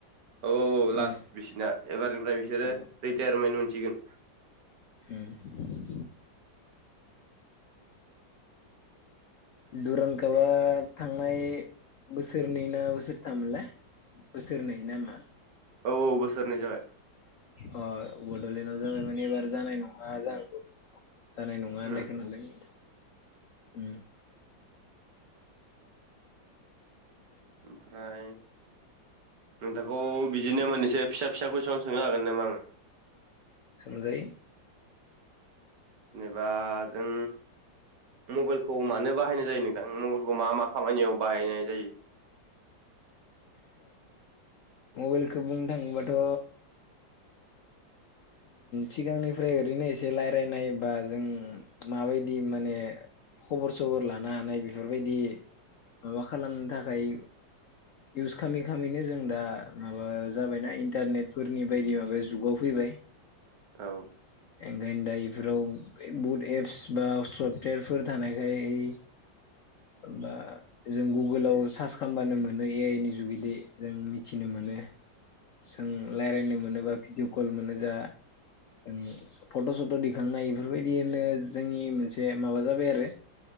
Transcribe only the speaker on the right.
औ औ
लास बिसिना एबारनिफ्राय बिसोरो
रिटायारमेन्ट मोनस सिगोन।
औ औ बोसोरनै जाबाय।
उम
ओमफ्राय
नोंथांखौ बिदिनो मोननैसो फिसा फिसा खुयस सोंनो हागोन नामा आङो?
जेनेबा जों मबाइलखौ मानो बाहायनाय जायो नोंथां? मबाइलखौ मा मा खामानियाव बाहायनाय जायो?
औ